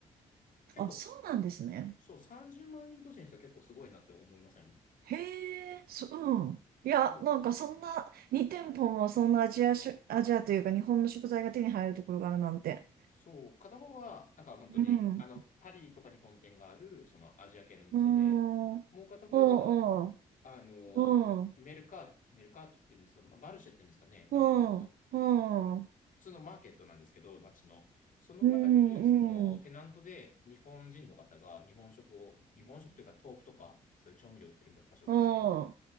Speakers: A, on the left; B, on the right.
A: 結構、
B: あ、そうなんですね。
A: そう、30万人都市にしては結構すごいなって思いません
B: へえ、そ、うん。いや、
A: そう。
B: なんかそんな、2店舗もそんなアジアし、アジアというか日本の食材が手に入るところがあるなんて。
A: そう、片方は、なんか本当に、
B: うん。
A: あの、パリとかに本店がある、そのアジア系の店で、
B: うん。うん、
A: もう片方は、
B: うん。
A: あの、
B: うん。
A: メルカート、メルカートっていうんですか、まあマルシェっていうんですかね、
B: うん。
A: あの、
B: うん。うん。
A: 普通のマーケットなんですけど、街の。その中に、
B: うん。
A: その、テナントで日本人の方が日本食を、日本食というか豆腐とか、そういう調味料売ってる場所があって。
B: うん。